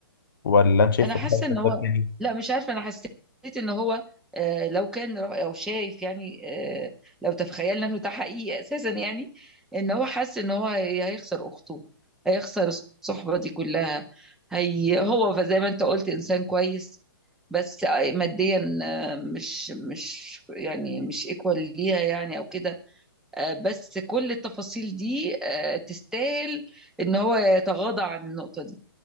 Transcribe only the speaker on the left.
ولا انت شايف
إن ده
كان
سبب تاني؟